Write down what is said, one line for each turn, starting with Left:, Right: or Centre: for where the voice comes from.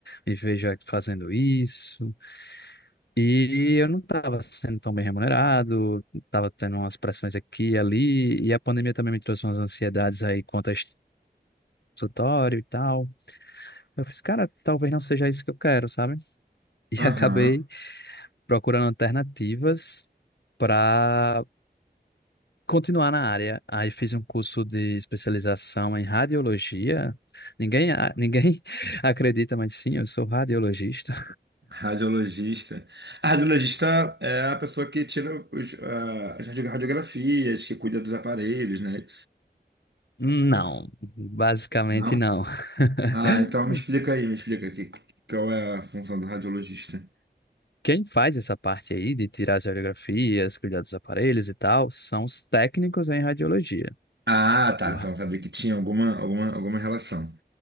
Left: me vejo aqui fazendo isso. E eu não estava sendo tão bem remunerado, estava tendo umas pressões aqui e ali, e a pandemia também me trouxe umas ansiedades aí quanto a este consultório e tal. Eu fiz, cara, talvez não seja isso que eu quero, sabe? E
Right: aham.
Left: <laughs> acabei procurando alternativas para continuar na área. Aí fiz um curso de especialização em radiologia. Ninguém, a- <laughs> ninguém acredita, mas sim, eu sou radiologista.
Right: Radiologista. A radiologista é a pessoa que tira os, ah, as radio- radiografias, que cuida dos aparelhos, né?
Left: Não, basicamente
Right: Não?
Left: não. <laughs>
Right: Ah, então me explica aí, me explica aqui qual é a função do radiologista.
Left: Quem faz essa parte aí de tirar as radiografias, cuidar dos aparelhos e tal, são os técnicos em radiologia.
Right: Ah, tá.
Left: Uau.
Right: Então sabia que tinha alguma, alguma, alguma relação.